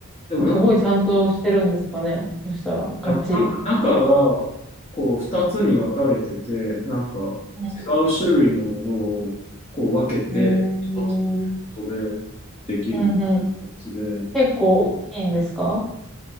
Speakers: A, on the left; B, in the centre.
A: でもなんか、
B: うん。すごいちゃんとしてるんですかね。そしたら、がっちり。
A: ななんか中が、こう、2つに分かれてて、なんか、
B: うん。
A: 違う種類のものを、こう、分けて、
B: へー
A: 一つのネットでできる
B: うんうん。
A: やつで、
B: 結構大きいんですか